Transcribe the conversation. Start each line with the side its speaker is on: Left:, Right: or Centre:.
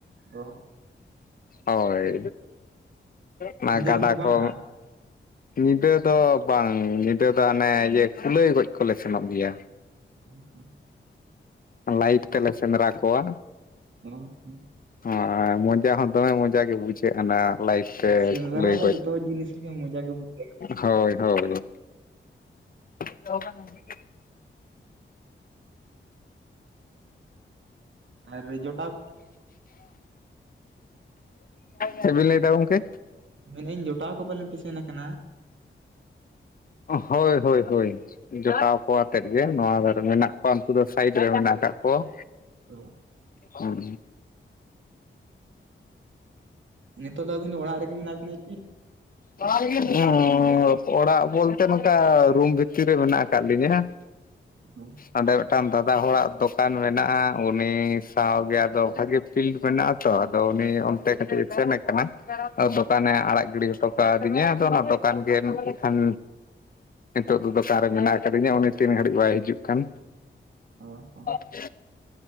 Right: ᱚ
Left: ᱦᱳᱭ ᱚᱱᱟ
Right: ᱧᱤᱫᱟᱹ
Left: ᱜᱟᱰᱟ
Right: ᱫᱚᱯᱮ ᱵᱟᱝᱼᱟ
Left: ᱠᱚ ᱧᱤᱫᱟᱹ ᱫᱚ ᱵᱟᱝ ᱧᱤᱫᱟᱹ ᱫᱚ ᱚᱱᱮ ᱤᱭᱟᱹ ᱠᱩᱞᱟᱹᱭ ᱜᱚᱡ ᱠᱚᱞᱮ ᱥᱮᱱᱚᱜ ᱜᱮᱭᱟ
Right: <inaudible>
Left: ᱞᱟᱭᱤᱴ ᱛᱮᱞᱮ ᱥᱮᱸᱫᱽᱨᱟ ᱠᱚᱣᱟ
Right: <inaudible>
Left: ᱦᱚᱸ ᱢᱚᱡᱟ ᱦᱚᱸ ᱫᱚᱢᱮ ᱢᱚᱡᱟ ᱜᱮ ᱵᱩᱡᱷᱟᱹᱜ ᱟᱱᱟ ᱞᱟᱭᱤᱴ ᱛᱮ
Right: ᱥᱮᱸᱫᱽᱨᱟ
Left: ᱠᱩᱞᱟᱹᱭ
Right: ᱫᱚ
Left: ᱜᱚᱡ
Right: ᱡᱚᱛᱚ ᱡᱤᱱᱤᱥ ᱨᱮᱜᱮ ᱢᱚᱡᱟ ᱜᱮ ᱵᱩᱡᱷᱟᱹᱜᱼᱟ
Left: ᱦᱳᱭ ᱦᱳᱭ <unintelligible>
Right: ᱟᱨ ᱡᱚᱴᱟᱣ
Left: ᱪᱮᱫ ᱵᱮᱱ ᱞᱟᱹᱭ ᱫᱟ ᱜᱚᱝᱠᱮ
Right: ᱢᱮᱱᱟᱹᱧ ᱡᱚᱴᱟᱣ ᱠᱚ ᱯᱟᱞᱮ ᱯᱮ ᱥᱮᱱ ᱟᱠᱟᱱᱟ ᱾
Left: ᱦᱳᱭ ᱦᱳᱭ ᱦᱳᱭ ᱡᱚᱴᱟᱣ ᱠᱚᱣᱟᱛᱮᱫ ᱜᱮ ᱱᱚᱣᱟ ᱫᱷᱟᱨᱮ ᱢᱮᱱᱟᱜ ᱠᱚᱣᱟ ᱩᱱᱠᱩ ᱫᱚ ᱥᱟᱭᱤᱰ ᱨᱮ ᱢᱮᱱᱟᱜ ᱟᱠᱟᱫ ᱦᱩᱸ
Right: ᱚ,
Left: ᱦᱩᱸ
Right: ᱱᱤᱛᱚᱜ ᱫᱚ ᱟᱹᱵᱤᱱ ᱫᱚ ᱚᱲᱟᱜ ᱨᱮᱜᱮ ᱢᱮᱱᱟᱜ ᱵᱤᱱᱟ ᱠᱤ?
Left: <inaudible> ᱦᱩᱸ ᱚᱲᱟᱜ ᱵᱚᱞᱛᱮ ᱱᱚᱝᱠᱟ ᱨᱩᱢ ᱵᱷᱤᱛᱤᱨ ᱨᱮ ᱢᱮᱱᱟᱜ ᱟᱠᱟᱫ ᱞᱤᱧᱟᱹ <inaudible>
Right: <unintelligible>
Left: ᱚᱸᱰᱮ ᱢᱤᱫᱴᱟᱝ ᱫᱟᱫᱟ ᱦᱚᱲᱟᱜ ᱫᱚᱠᱟᱱ ᱢᱮᱱᱟᱜᱼᱟ, ᱩᱱᱤ ᱥᱟᱶᱜᱮ ᱟᱫᱚ ᱵᱷᱟᱜᱤ ᱯᱷᱤᱞᱰ ᱢᱮᱱᱟᱜᱼᱟ ᱟᱛᱚ ᱟᱫᱚ ᱩᱱᱤ ᱚᱱᱛᱮ ᱠᱟᱹᱴᱤᱡ ᱮ ᱥᱮᱱ ᱟᱠᱟᱱᱟ ᱟᱫᱚ ᱫᱚᱠᱟᱱᱮ ᱟᱲᱟᱜ ᱜᱤᱰᱤ ᱦᱚᱴᱚ ᱠᱟᱣᱫᱤᱧᱟ ᱟᱫᱚ ᱚᱱᱟ ᱫᱚᱠᱟᱱ ᱜᱮ ᱠᱷᱟᱱ ᱱᱤᱛᱚᱜ ᱫᱚ ᱫᱚᱠᱟᱱ ᱨᱮ ᱢᱮᱱᱟᱜ ᱟᱠᱟᱫᱤᱧᱟᱹ ᱩᱱᱤ ᱛᱤᱱ ᱜᱷᱟᱹᱲᱤᱡ ᱵᱟᱭ ᱦᱤᱡᱩᱜ ᱠᱟᱱ᱾
Right: ᱚ ᱦᱚᱸ᱾
Left: <inaudible> <inaudible>